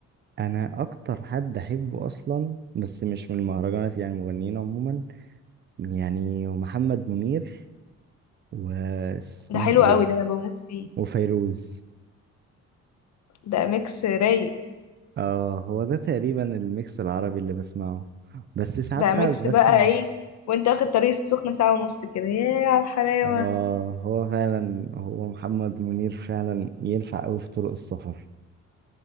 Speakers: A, on the right; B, on the left.
A: انا اكتر حد احبه اصلا بس مش من المهرجانات يعني المغنيين عموما يعني محمد منير واسمها
B: ده حلو
A: ايه
B: قوي ده انا بموت فيه
A: وفيروز
B: ده ميكس رايق
A: اه هو ده تقريبا الميكس العربي اللي بسمعه بس ساعات
B: بقى
A: بقى
B: ميكس
A: بسمع
B: بقى ايه وانت واخد طريق السخنة ساعة ونص كده ياه على الحلاوة
A: اه هو فعلا هو محمد منير فعلا ينفع قوي في طرق السفر